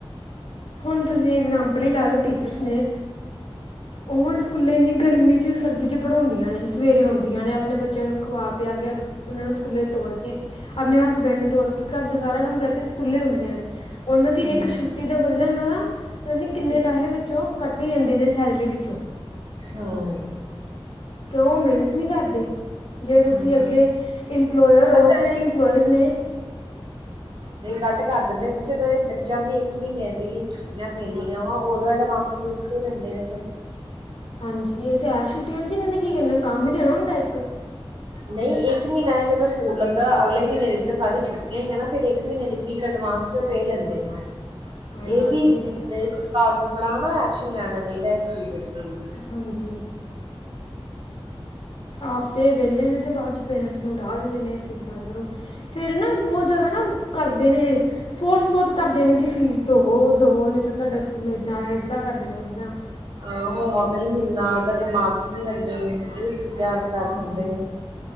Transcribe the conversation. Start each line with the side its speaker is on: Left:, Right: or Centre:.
Left: ਹੁਣ ਤੁਸੀਂ ਇਗਜ਼ਾਮ ੳਯ ਤੇ ਯਛ ਲਾ ਲਓ ਟੀਚਰਸ ਨੇ ਉਹ ਹੁਣ ਸਕੂਲੇ ਇੰਨੀ ਗਰਮੀ 'ਚ ਸਰਦੀ ' ਪੜ੍ਹਾਉਂਦੀਆਂ ਨੇ ਸਵੇਰੇ ਆਉਂਦੀਆਂ ਨੇ ਆਪਣੇ ਬੱਚਿਆਂ ਨੂੰ ਖਵਾ ਪਿਆ ਕੇ ਉਹਨਾਂ ਨੂੰ ਸਕੂਲੇ ਤੋਰ ਕੇ ਆਪਣੇ ਹਸਬੈਂਡ ਨੂੰ ਤੋਰ ਕੇ ਘਰ ਦਾ ਸਾਰਾ ਕੰਮ ਕਰਕੇ ਸਕੂਲਾਂ ਆਂਦੀਆਂ ਨੇ, ਉਹਨਾਂ ਦੀ
Right: ਹਮ
Left: ਇੱਕ ਛੁੱਟੀ ਦੇ ਬਦਲੇ, ਉਹਨਾਂ ਦਾ ਪਤਾ ਨਹੀਂ ਕਿੰਨੇਂ
Right: ਸਹੀ
Left: ਪੈਸੇ ਵਿੱਚੋਂ ਕੱਟ <inaudible> ਸੇਲਰੀ ਵਿੱਚੋਂ।
Right: ਹੂੰ
Left: ਕਿਉਂ ਉਹ ਮਿਹਨਤ ਨਹੀਂ ਕਰਦੇ? ਜੇ ਤੁਸੀਂ
Right: ਹਮ
Left: ਅੱਗੇ ਇੰਪਲੋਇਅਰ ਹੋ,
Right: ਅੱਛਾ
Left: ਜਿਹੜੇ ਇੰਪਲੋਏਜ਼ ਨੇ
Right: ਘੱਟ ਕਰ ਦਿੰਦੇ, ਜਦੋਂ ਇਹ ਬੱਚਿਆਂ ਦੀ ਇੱਕ ਮਹੀਨੇ ਦੀ ਛੁੱਟੀਆਂ ਮਿਲਦੀਆਂ ਵਾ, ਉਦੋਂ ਅਡਵਾਂਸ ਫੀਸ ਕਿਉ ਲੈਂਦੇ ਨੇ ਫਿਰ?
Left: ਹਾਂਜੀ, ਇਹ ਤੇ ਹੈ ਛੁੱਟੀਆਂ 'ਚ ਇਹਨੇ ਕੀ ਕਰਨਾ ਕੰਮ ਹੀ ਦੇਣਾ। ਦਾ ਇੱਕ
Right: ਨਹੀਂ ਇੱਕ ਮਹੀਨਾ ਦੇ ਚਲੋ ਸਕੂਲ ਲੱਗਾ, ਅਗਲੇ ਮਹੀਨੇ ਦੀ ਤੇ ਸਾਰੀਆਂ ਛੁੱਟੀਆਂ ਹੀ ਨਾ, ਫਿਰ ਇੱਕ ਮਹੀਨੇ ਦੀ ਫੀਸ ਅਡਵਾਂਸ ਕਿਉ ਪੇ ਲੈਂਦੇ ਨੇ?
Left: ਹਾਂਜੀ
Right: ਇਹ
Left: ਹਾਂਜੀ
Right: ਵੀ
Left: ਤਾਂ
Right: ਸਰਕਾਰ
Left: ਹੈ
Right: ਨੂੰ ਥੋੜਾ ਹੈਨਾ, ਐਕਸ਼ਨ ਲੈਣਾ ਚਾਹੀਦਾ ਇਸ ਚੀਜ਼ ਦੇ ਵੀ
Left: ਹਾਂਜੀ ਆਪ ਤਾਂ ਵਿਹਲੇ ਨੇ ਤੇ ਬਾਅਦ ਚ ਪੇਰੈਂਟਸ ਨੂੰ ਡਾ ਦਿੰਦੇ ਨੇ ਫੀਸਾਂ ਕਰੋ, ਫੇਰ ਨਾ ਬਹੁਤ ਜ਼ਿਆਦਾ ਨਾ ਕਰਦੇ ਨੇ ਫੋਰਸ ਬਹੁਤ ਕਰਦੇ ਨੇ, ਕਿ ਫੀਸ ਦਵੋ ਦਵੋ ਨਹੀਂ ਤਾਂ ਤੁਹਾਡੇ ਸਕੂਲ ਏਦਾਂ ਹੈ ਏਦਾਂ ਕਰ ਦੇਣਾ ਓਦਾਂ
Right: ਹਾਂ, ਹੋਮਵਰਕ ਨਹੀਂ ਮਿਲਣਾ ਤੁਹਾਡੇ ਮਾਰਕਸ ਨੀ ਲੱਗਣੇ, ਇਹ ਚੀ ਜਾਨ ਕਰ
Left: ਹਾਂਜੀ
Right: ਦਿੰਦੇ ਨੇ।